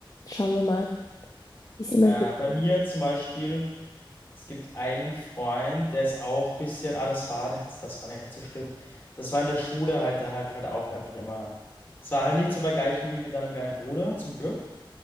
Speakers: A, on the left (about 40°); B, on the left (about 25°).
A: schauen wir mal, wie es immer
B: Ja,
A: geht.
B: bei mir zum Beispiel, es gibt einen Freund, der ist auch ein bisschen, ah, das war nichts, das war nicht so schlimm. Das war in der Schule halt, der hat halt auch einfach immer, es war halt nicht zu vergleichen wie mit deinem kleinen Bruder, zum Glück.